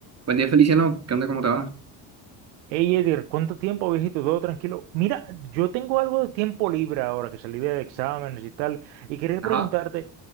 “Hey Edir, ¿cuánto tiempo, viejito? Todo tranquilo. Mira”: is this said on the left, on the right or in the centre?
Right